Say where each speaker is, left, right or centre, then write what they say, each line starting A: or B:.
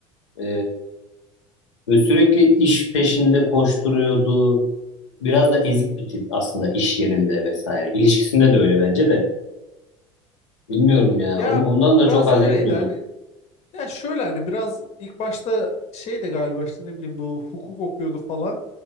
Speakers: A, on the left; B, on the left.
A: Ee, ve sürekli iş peşinde koşturuyordu. Biraz da ezik bir tip aslında iş yerinde vesaire. İlişkisinde de öyle bence de. Bilmiyorum ya.
B: Ya
A: Onu ondan da
B: biraz
A: çok haz
B: öyleydi
A: etmiyordum.
B: hani ya şöyle hani biraz ilk başta şeydi galiba işte ne bileyim bu hukuk okuyordu falan.